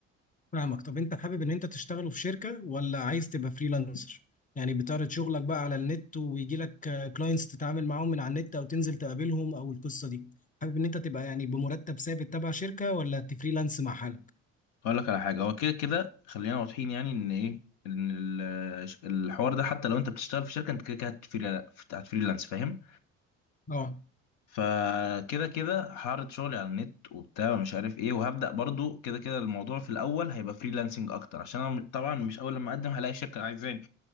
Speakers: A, on the left; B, on the left.
A: فاهمك طب انت حابب ان انت تشتغله في شركة ولا عايز تبقى فريلانسر يعني بتعرض شغلك بقى على النت ويجي لك كلاينتس تتعامل معاهم من على النت او تنزل تقابلهم او القصة دي حابب ان انت تبقى يعني بمرتب ثابت تبع شركة ولا تفريلانس مع حالك
B: اقول لك على حاجه هو كده كده خلينا واضحين يعني ان ايه ان ال- الحوار ده حتى لو انت بتشتغل في شركه انت كده كده هتفريلا- هتفريلانس فاهم
A: اه
B: فكده كده هعرض شغلي على النت وبتاع ومش عارف ايه وهبدا برضو كده كده الموضوع في الاول هيبقى فريلانسنج اكتر عشان انا طبعا مش اول لما اقدم هلاقي شركه عايزاني